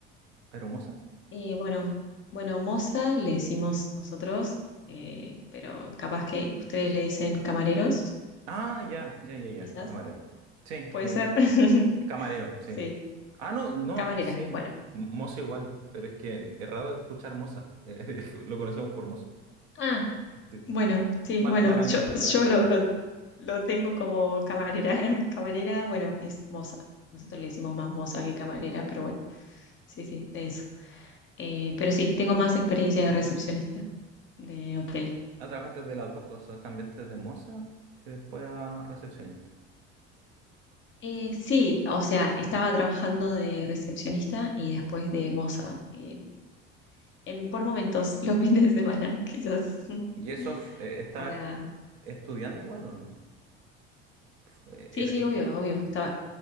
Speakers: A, on the right (about 70°); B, on the left (about 35°).
A: ¿Aeromoza?
B: Eh, bueno, bueno, moza le decimos nosotros, eh, pero capaz que ustedes le dicen camareros,
A: Ah, ya, ya, ya, ya,
B: quizás,
A: de camarero. Sí,
B: puede
A: de
B: ser. <laughs>
A: camarero, sí.
B: Sí,
A: Ah, no, no,
B: camarera,
A: sí, m-
B: bueno.
A: mozo igual, pero es que es raro escuchar moza. <laughs> eh, lo conocemos por mozo.
B: Ah,
A: Sí,
B: bueno,
A: ya.
B: sí,
A: Mal-
B: bueno,
A: mala mía,
B: yo,
A: fue mala
B: yo
A: mía,
B: lo,
A: mala
B: lo-
A: mía.
B: lo tengo como camarera. <laughs> Camarera, bueno, es moza. Nosotros le decimos más moza que camarera, pero bueno, sí, sí, de eso. Eh, pero sí, tengo más experiencia de recepcionista de hotel.
A: Ah, trabajaste de las dos cosas, cambiaste de moza y después a recepcionista.
B: Eh, sí, o sea, estaba trabajando de recepcionista y después de moza, eh, en, por momentos, <laughs> los fines de semana, quizás, <laughs>
A: ¿Y eso fu- eh, estabas
B: para...
A: estudiando igual o no? Fue,
B: Sí,
A: era-
B: sí,
A: y-
B: obvio, obvio, estaba...